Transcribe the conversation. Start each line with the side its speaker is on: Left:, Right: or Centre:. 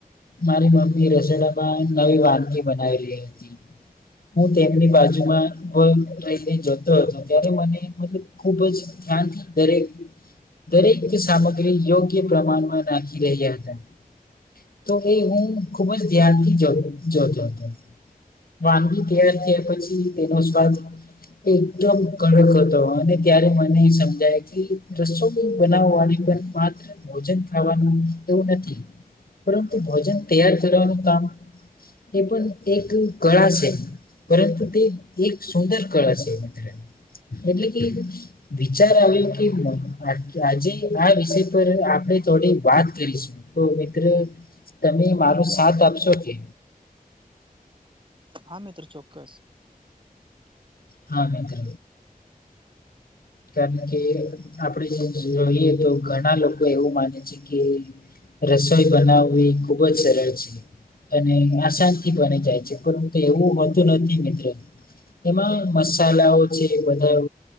Left: મારી મમ્મી રસોડામાં નવી વાનગી બનાવેલી હતી. હું તેમની બાજુમાં. રહીને જતો ત્યારે મને મતલબ <unintelligible> ખુબ જ દરેક. દરેક સામગ્રી યોગ્ય પ્રમાણમાં નાખી રહ્યા હતા. તો એ હું ખુબ જ ધ્યાન થી જો જોતો હતો. વાનગી તૈયાર થયા પછી તેનો સ્વાદ. એકદમ કડક હતો અને ત્યારે મને એ સમજાય કે રસોઈ બનાવવા વાળી પણ. માત્ર ભોજન ખાવાનું એવું નથી. પરંતુ ભોજન તૈયાર કરવાનું કામ. એ પણ એક કળા છે પરંતુ તે. એક સુંદર કળા છે <unintelligible> એટલે કે. વિચાર આવ્યો કે આ આજે આ વિષય પર આપણેે થોડી વાત કરીશું. તો મિત્ર તમે મારો સાથ આપશો કે.
Right: હા મિત્ર ચોક્કસ.
Left: હા મિત્ર કારણ કે આપડે જે જોઈએ તો ઘણા લોકો એવું માને છે કે. રસોઈ બનાવવી ખુબ જ સરળ છે.. અને આશાન થી બની જાય છે પરંતુ એવું હોતું નથી મિત્ર. એમાં મસાલાઓ છે બધા